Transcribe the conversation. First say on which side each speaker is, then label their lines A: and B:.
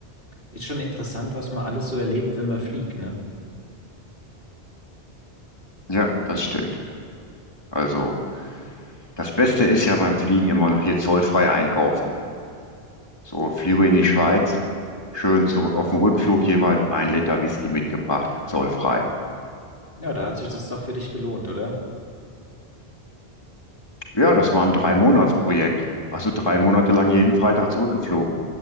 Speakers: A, on the left (about 60°); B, on the left (about 25°).
A: ist schon interessant, was man alles so erlebt, wenn man fliegt, ne?
B: ja, das stimmt. Also, das Beste ist ja beim Fliegen immer noch hier zollfrei einkaufen. So, Flüge in die Schweiz, schön zu, auf dem Rückflug jeweils ein Liter Whisky mitgebracht, zollfrei.
A: Ja, da hat sich das doch für dich gelohnt, oder?
B: Ja, das war ein Drei-Monats-Projekt. Also drei Monate lang jeden Freitag zurückgeflogen.